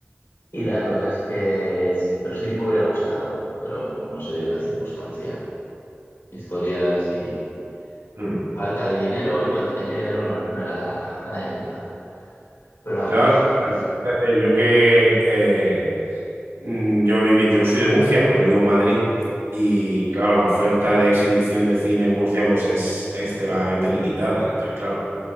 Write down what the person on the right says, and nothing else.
Mm.
Y ahora,
fíjate, yo que eh, mm, yo viví, yo soy de Murcia, pero vivo en Madrid. Y claro, la oferta de exhibición de cine en Murcia pues es extremadamente limitada. Entonces, claro,